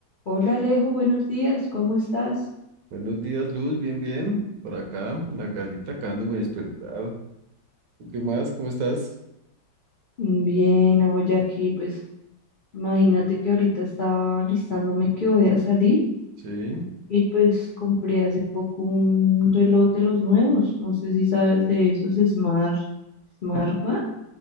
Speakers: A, on the left; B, on the right.
A: Hola Alejo, buenos días, ¿cómo estás?
B: Buenos días, Luz, bien, bien. Por acá, en la casita, acabándome de despertar. ¿Tú qué más? ¿Cómo estás?
A: Bien, hoy aquí, pues imagínate que ahorita estaba listándome que voy a salir
B: Sí,
A: y pues compré hace poco un reloj de los nuevos, no sé si sabes de esos Smart, Smartwatch,